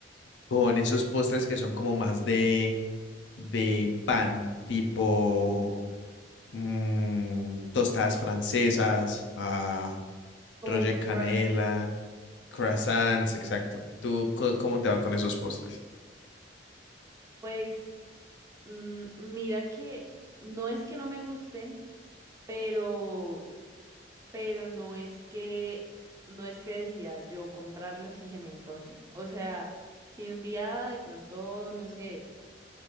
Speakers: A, on the left; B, on the right.
A: con esos postres que son como más de, de pan, tipo mm, tostadas francesas, ah,
B: como
A: Roger
B: un croissant.
A: Canela, croissants, exacto. ¿Tú co- cómo te va con esos postres?
B: Pues mm, mira que no es que no me gusten, pero, pero no es que no es que decida yo comprarlos si se me antojen. O sea, si un día de pronto, no sé,